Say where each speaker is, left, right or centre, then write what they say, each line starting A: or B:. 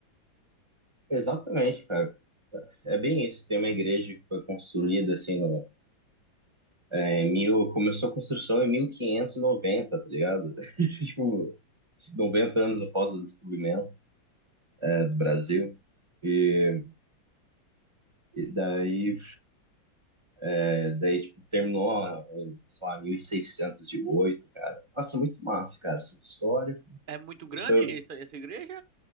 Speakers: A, on the right (about 20°); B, on the right (about 45°).
A: exatamente, cara. É bem isso. Tem uma igreja que foi construída, assim, no, é, em mil, começou a construção em 1590, tá ligado? <laughs> Tipo, 90 anos após o descobrimento, né, do Brasil. E E daí, é, daí tipo, terminou, ó, em, sei lá, mil e seiscentos e oito cara. Nossa, muito massa, cara, essa história.
B: É muito grande
A: Isso é
B: essa, essa igreja,